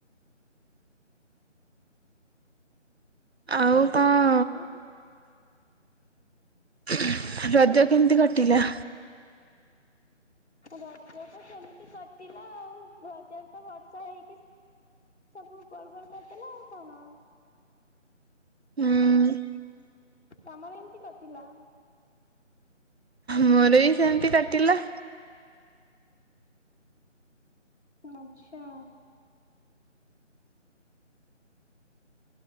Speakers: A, on the right; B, on the left.
A: ଆଉ କଁ?
B: ଆଉ
A: ଖୁଁ ରଜ କେମିତି କଟିଲା?
B: ରଜ ତ ସେମିତି କଟିଲା ଆଉ ରଜରେ ତ ବର୍ଷା ହେଇକି ସବୁ ଗୋଳ୍ ଗୋଳ୍ କରିଦେଲା ଆଉ କଣ?
A: ହୁଁ
B: ତମର ଇମିତି କଟିଲା।
A: ମୋର ବି ସେମିତି କଟିଲା।
B: ଆଛା।
A: <unintelligible>